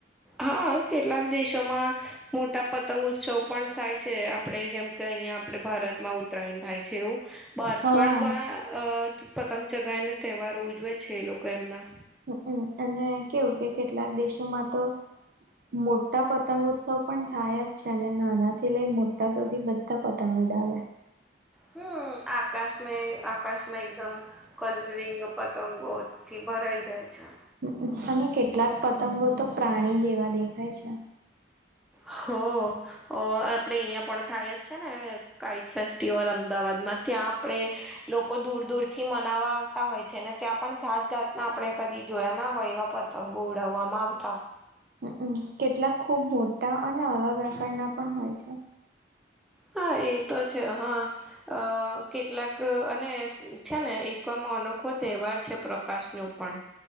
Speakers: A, in the centre; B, on the right (about 55°).
A: હા કેટલાક દેશોમાં મો ટા પતંગ ઉત્સવ પણ થાય છે આપણે જેમ કે અહિયાયા આપડણે ભારતમાં ઉત્તરાયણ થાય છે એવું બાર
B: હા.
A: પણ ઘણા અ પતંગ ચગાઈને તહેવારો ઉજવે છે એ લોકો એમના
B: હમમ અને કેવું કે કેટલાક દેશોમાં તો મોટા પતંગોત્સવ પણ થાય જ છે અને નાના થી લઈ મોટા સુધી બધા પતંગ ઉડાવે
A: હમ આકાશ મે આકાશમાં એકદમ કલ રીંગ પતંગોથી ભરાઈ જાય છે.
B: હુ હુ અને કેટલાક પતંગો તો પ્રાણી જેવા દેખાય છે
A: હ આપણેે અહંયા પણ થાય જ છે ને કાઇટ ફેસ્ટિવલ અમદાવાદમાં ત્યાં આપણે લોકો દૂર દૂર થી મનાવા હોય છે ને ત્યાં પણ જાત જાતના આપણે કદી જોયા ના હોય એવા પતંગો ઉડાવવામાં આવ
B: હમ હમ કેટલાક ખુબ મોટા અને અલગ આકાર ના પણ હોય છે
A: હા એતો છે હા અ કેટલાક અને છે ને એક કમ અનો આખો તહેવાર છે પ્રકાશ ન પણ